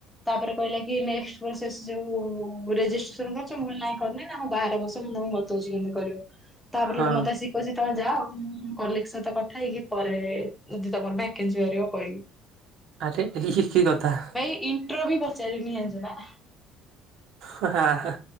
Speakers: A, in the centre; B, on the right.
A: ତାପରେ କହିଲା କି ନେକ୍ସଟ ଭେରସେସ ଯୋଉ ରେଜିଷ୍ଟ୍ରେସନ କରିଚ ମୁଁ କହିଲି ନାଇଁ କରିନି ନା ହଉ ବାହାର ବସ ମୁଁ ତମକୁ ବତଉଚି କେନ୍ଦି କରିବୁ ତାପରେ
B: ହଁ।
A: ହେଟୁ ମତେ ଆସିକି କହୁଛି ତମେ ଯାଅ କଲିକ ସହିତ କଥା ହେଇକି ପରେ ଦଦି ତମର ଭକେନ୍ସି ବାହାରିବ କହିବି।
B: ଆରେ ହି ଇଏ କି କଥା?
A: ଭାଇ ଇଣ୍ଟ୍ରୋ ବି ପଚାରିନି ଜାଣିଚ ନା?
B: ହା ହା